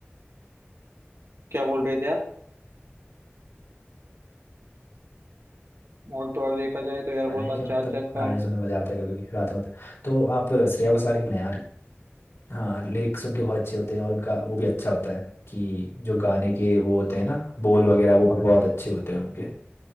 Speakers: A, on the right; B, on the left.
A: क्या बोल रहे थे आप और तो और देखा जाए तो यार
B: है
A: बहुत
B: ना कि
A: अच्छा
B: मतलब
A: अच्छा सॉन्ग
B: गाने सुनने में मजा आता है कभी कभी रात में होता है तो आप श्रेया घोषाल के गाने यार हाँ लिरिक्स उनके बहुत अच्छे होते हैं और उनका वो भी अच्छा होता है कि जो गाने के वो होते हैं ना बोल वगैरह वो बहुत अच्छे होते हैं उनके